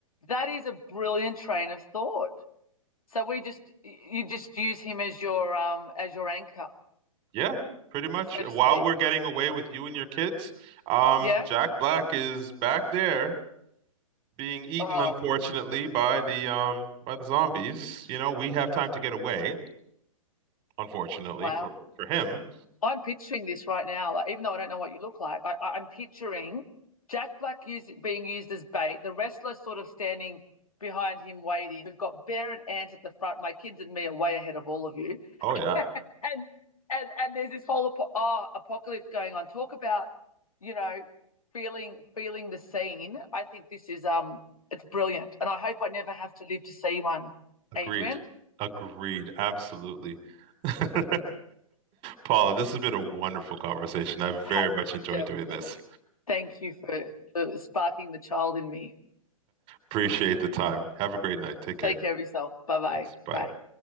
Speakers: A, on the left; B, on the right.
A: That is a brilliant train of thought. So we just you just use him as your um as your anchor,
B: Yeah, pretty much.
A: so
B: While
A: to speak.
B: we're getting away with you and your kids, um,
A: Yeah.
B: Jack Black is back there being eaten,
A: Oh
B: unfortunately, by the um by the zombies. You know, we have time to get away, unfortunately,
A: wow.
B: for for him.
A: I'm picturing this right now. Like even though I don't know what you look like, I, I'm picturing Jack Black use, being used as bait. The wrestler sort of standing behind him waiting. We've got Bear and Ant at the front. My kids and me are way ahead of all of you.
B: Oh yeah.
A: and and and there's this whole apo- oh, apocalypse going on. Talk about you know feeling feeling the scene. I think this is um it's brilliant, and I hope I never have to live to see one.
B: Agreed.
A: Adrian
B: Agreed. Absolutely. <laughs> Paula, this has been a wonderful conversation. i very
A: has
B: much enjoyed
A: definitely.
B: doing this.
A: Thank you for, for sparking the child in me.
B: Appreciate the time. Have a great night. Take care.
A: Take care of yourself. Bye bye.
B: Thanks. Bye.
A: Bye.